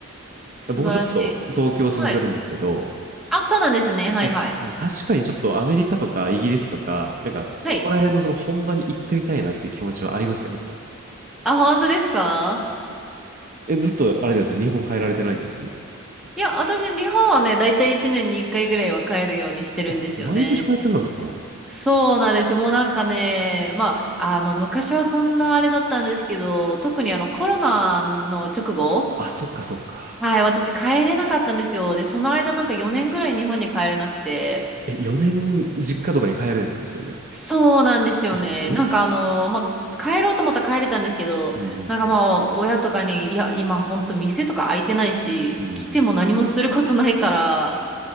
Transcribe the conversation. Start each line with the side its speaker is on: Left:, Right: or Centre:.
Centre: 素晴らしい。
Right: ー僕ずっと東京住んでるんですけど、
Centre: はい。あ、そうなんですね。はいはい。
Right: まあ確かにちょっとアメリカとかイギリスとか、なんかそこら辺のその本場に行ってみたいなっていう気持ちはありますよ、
Centre: はい。
Right: やっぱ。
Centre: あ、本当ですか
Right: え、ずっとあれです。日本帰られてないんです。
Centre: いや、私、日本はね、だいたい1年に1回ぐらいは帰るようにしてるんですよね。
Right: あ、毎年帰ってあるんですかうん
Centre: そうなんですよ。もうなんかね、まあ、あの、昔はそんなあれだったんですけど、特にあの、コロナの直後、
Right: あ、そっかそっか。
Centre: はい、私帰れなかったんですよ。で、その間なんか4年ぐらい日本に帰れなくて、
Right: え、4年実家とかに帰れないってことですよね。
Centre: そうなんですよね。
Right: え、ね。
Centre: なんかあの、まあ、帰ろうと思ったら帰れたんですけど、
Right: うん
Centre: なんかまあ、親とかに、いや、今ほんと店とか開いてないし、
Right: うん。
Centre: 来ても何もすることないから、